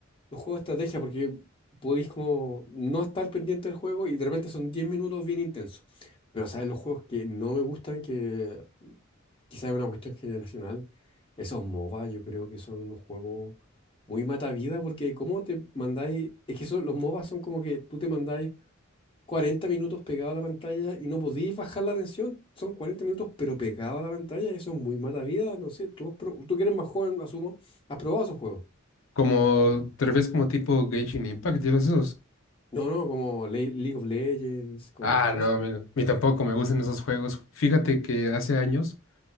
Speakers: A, on the left (about 25°); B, on the left (about 70°).
A: los juegos de estrategia porque podéis como no estar pendiente del juego y de repente son 10 minutos bien intensos. Pero, ¿sabes? Los juegos que no me gustan, que quizás es una cuestión generacional. Esos MOBA yo creo que son unos juegos muy mata vida porque cómo te mandáis, es que eso, los MOBA son como que tú te mandáis 40 minutos pegado a la pantalla y no podéis bajar la atención. Son 40 minutos pero pegado a la pantalla, eso es muy mata vida, no sé, tú, has pro- tú que eres más joven, asumo, has probado esos juegos.
B: Como, ¿te refieres como tipo Genshin Impact y todos esos?
A: No, no, como Le- League of Legends, como
B: Ah, no,
A: eso.
B: a mí, a mí tampoco me gustan esos juegos. Fíjate que hace años